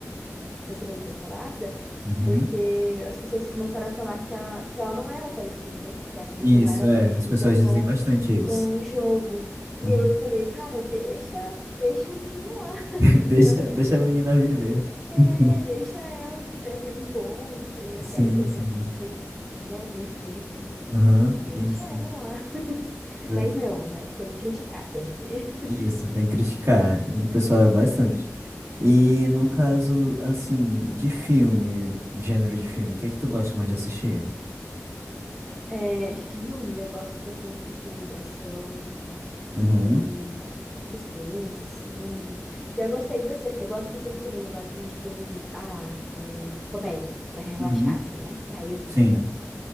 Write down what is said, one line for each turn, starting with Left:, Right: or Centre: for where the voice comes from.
Centre: da segunda temporada,
Right: Uhum.
Centre: porque as pessoas começaram a falar que, a, que ela não era parecida, né? Que a atriz
Right: Isso,
Centre: não era
Right: é.
Centre: parecida
Right: As pessoas
Centre: com,
Right: dizem bastante isso.
Centre: com o jogo.
Right: Uhum.
Centre: E aí eu falei, cara, deixa, deixa a menina lá, <laughs>
Right: <laughs>
Centre: entendeu?
Right: Deixa, deixa a menina viver.
Centre: É,
Right: <laughs>
Centre: deixa ela, tipo, tá sendo bom. Foi, a
Right: Sim,
Centre: série foi muito,
Right: sim.
Centre: foi, né, bem feita e tudo.
Right: Aham,
Centre: Deixa
Right: isso.
Centre: ela lá.
Right: É,
Centre: Mas não, né? Tem que criticar, tem que.
Right: Isso, tem que criticar. O pessoal é bastante. E no caso, assim, de filme, gênero de filme, o que é que tu gosta mais de assistir?
Centre: É, filme, eu gosto bastante de filme de ação.
Right: Uhum.
Centre: de suspense, assim. Já gostei bastante, eu gosto bastante também agora de filme de, ah, é, comédia, pra relaxar,
Right: Uhum.
Centre: assim, né? Sair um pouco
Right: Sim.
Centre: da,